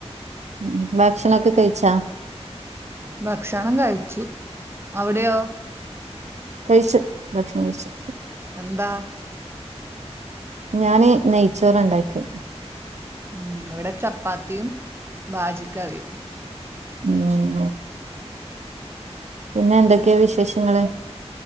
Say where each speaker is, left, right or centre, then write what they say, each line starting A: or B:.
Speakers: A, on the right (about 85°); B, on the right (about 20°).
A: ഉം ഭക്ഷണം ഒക്കെ കഴിച്ച..
B: ഭക്ഷണം കഴിച്ചു.. അവിടെയോ
A: കഴിച്ചു.. ഭക്ഷണം കഴിച്ചു..
B: എന്താ.
A: ഞാന് നെയ്ച്ചോറ് ഇണ്ടാക്കി
B: ഉം.. ഇവിടെ ചപ്പാത്തിയും ബാജിക്കറിയും
A: ഉം.. പിന്നെ എന്തെക്കെയാ വിശേഷങ്ങള്..